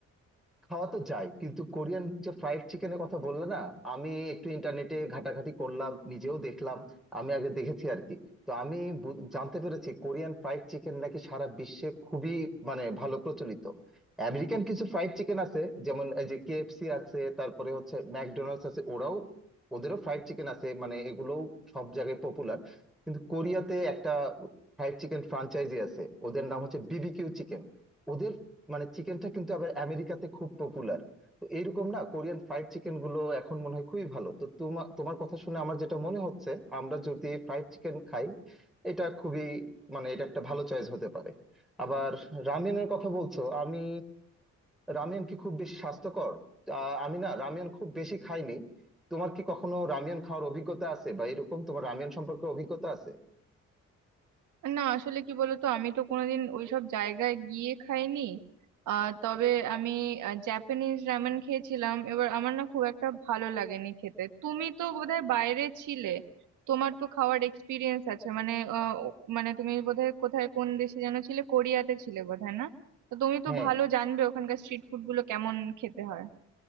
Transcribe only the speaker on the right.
না আসলে কি বলতো আমি তো কোনোদিন ওইসব জায়গায় গিয়ে খাইনি আহ তবে আমি জাপানিজ রামেন খেয়েছিলাম এবার আমার না খুব একটা ভালো লাগেনি খেতে তুমি তো বোধহয় বাইরে ছিলে তোমার তো খাওয়ার এক্সপিরিয়েন্স আছে মানে আহ, ও- মানে তুমি বোধহয় কোথায় কোন দেশে যেন ছিলে কোরিয়াতে ছিলে বোধহয় না তো তুমি তো
ভালো জানবে ওখানকার স্ট্রিট ফুড গুলো কেমন খেতে হয়